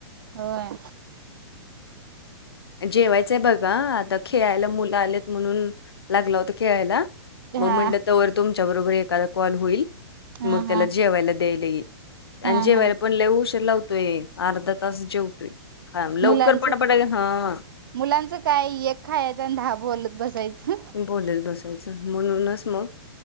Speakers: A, on the right; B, on the left.
A: होय
B: जेवायचंय बघा आता खेळायला मुलं आलेत म्हणून लागला होत खेळायला मग
A: हा
B: म्हंटलं तर वर तुमच्या बरोबर एखादा कॉल होईल
A: हा
B: मग त्याला
A: हा
B: जेवायला द्यायलाल
A: हा
B: आणि जेवायला
A: हा
B: पण ललेहू श लावतोय अर्धा तास जेवतोय खा लवकर
A: मुलांच
B: पटापटा हां
A: मुलांचं काय एक खायच आणि दहा बोलत बसायचं
B: बोलेल बसायचं म्हणूनच मग